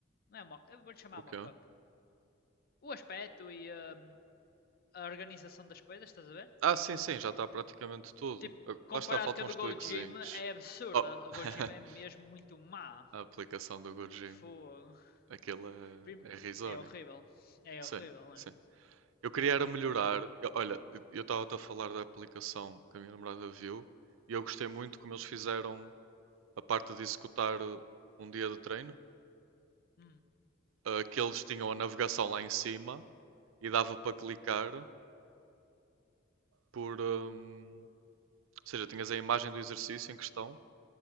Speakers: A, on the left (about 50°); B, on the right (about 85°).
A: não é? mo- Eu vou-te chamar
B: o quê?
A: mock-up. O aspecto e hum, a organização das coisas, estás a ver?
B: Ah, sim, sim, já está praticamente tudo.
A: Tipo,
B: Ah,
A: comparado
B: Lá está, faltam
A: com a do
B: uns tweakzinhos.
A: Gojima, é absurda.
B: Oh,
A: A
B: <laughs>
A: Gojima é mesmo muito má.
B: a aplicação do GoGym.
A: Fogo.
B: Aquilo é,
A: Prim-
B: é irrisório.
A: É horrível. É
B: Sim,
A: horrível, mano.
B: sim. Eu queria era melhorar. Eu- olha, eu estava a falar da aplicação que a minha namorada viu e eu gostei muito como eles fizeram a parte de executar uh, um dia de treino.
A: Hum.
B: Ah, que eles tinham a navegação lá em cima e dava para clicar por. hum, ou seja, tinhas a imagem do exercício em questão